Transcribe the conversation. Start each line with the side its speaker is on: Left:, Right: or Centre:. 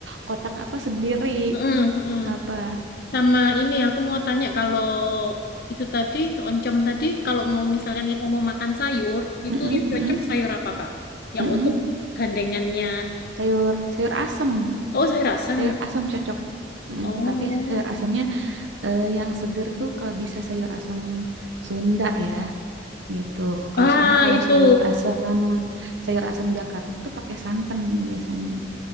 Right: kotak apa sendiri.
Left: Mm, mm.
Right: Apa?
Left: Sama ini aku mau tanya kalau itu tadi oncom tadi kalau mau misalkan kita mau makan sayur, itu
Right: mm
Left: yang cocok sayur apa Kak? Yang
Right: mm-mm.
Left: untuk gandengannya.
Right: Sayur sayur asem.
Left: Oh, sayur asem.
Right: Sayur asem cocok. Mm,
Left: Oh.
Right: tapi sayur asemnya eh, yang seger tuh kalau bisa sayur asem Sunda ya. gitu. Kalau
Left: Ah,
Right: soalnya kalau
Left: itu.
Right: sayur asam sayur asam Jakarta tuh pakai santan biasanya